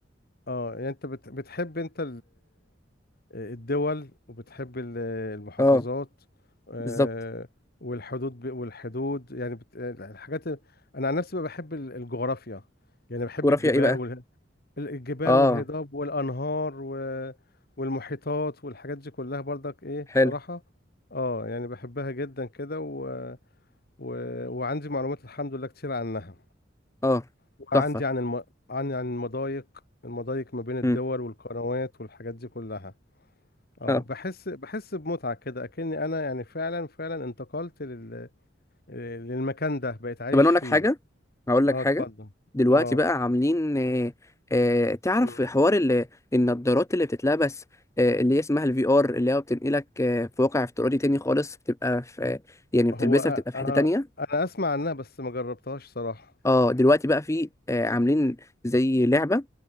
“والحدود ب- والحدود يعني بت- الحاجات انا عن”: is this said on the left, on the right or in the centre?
Left